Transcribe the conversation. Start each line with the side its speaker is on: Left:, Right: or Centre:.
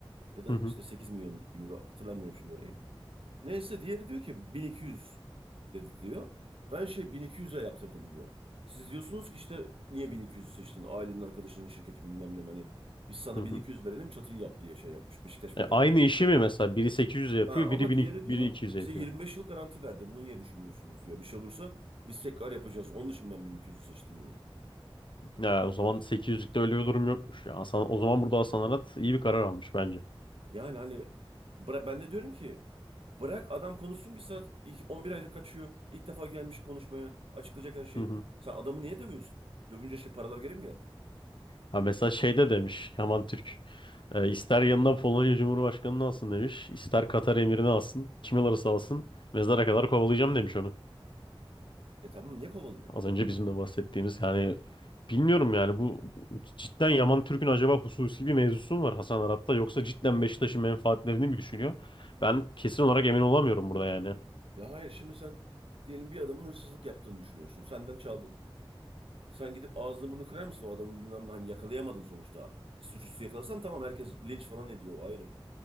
Right: Ya da
Left: hı hı.
Right: işte 8 milyon euro hatırlamıyorum şimdi orayı. Neyse diğeri diyor ki 1200 dedi diyor. Ben şey 1200'e yaptırdım diyor. Siz diyorsunuz ki işte niye 1200 seçtin? Ailenin arkadaşının şirketi bilmem ne hani. Biz sana
Left: hı hı.
Right: 1200 verelim çatıyı yap diye şey yapmış. Beşiktaş
Left: E
Right: verecek.
Left: aynı işi mi mesela biri 800'e yapıyor
Right: Ha, ama
Left: biri 1000
Right: diğeri
Left: 1200'e
Right: diyor bize
Left: yapıyor.
Right: 25 yıl garanti verdi. Bunu niye düşünmüyorsunuz diyor. Bir şey olursa biz tekrar yapacağız. Onun için ben 1200'ü seçtim diyor.
Left: Ya o zaman 800'lükte öyle bir durum yokmuş ya. Hasan, o zaman burada Hasan Arat iyi bir karar almış bence.
Right: Yani hani bıra ben de diyorum ki bırak adam konuşsun bir saat. İlk 11 ayda kaçıyor. İlk defa gelmiş konuşmaya. Açıklayacak her şeyi.
Left: Hı hı.
Right: Sen adamı niye dövüyorsun? Dövünce şey paralar geri mi geldi?
Left: Ha mesela şeyde demiş Yaman Türk. e, ister yanına Polonya Cumhurbaşkanı'nı alsın demiş. ister Katar emirini alsın. Kim alırsa alsın. Mezara kadar kovalayacağım demiş onu.
Right: E tamam niye kovalıyor?
Left: Az önce bizim de bahsettiğimiz yani bilmiyorum yani bu cidden Yaman Türk'ün acaba hususi bir mevzusu mu var Hasan Arat'la yoksa cidden Beşiktaş'ın menfaatlerini mi düşünüyor? Ben kesin olarak emin olamıyorum burada yani.
Right: Ya hayır şimdi sen diyelim bir adamın hırsızlık yaptığını düşünüyorsun. Senden çaldığını. Sen gidip ağzını burnunu kırar mısın o adamı bilmem ne hani yakalayamadın sonuçta. Suçüstü yakalasan tamam herkes linç falan ediyor o ayrı.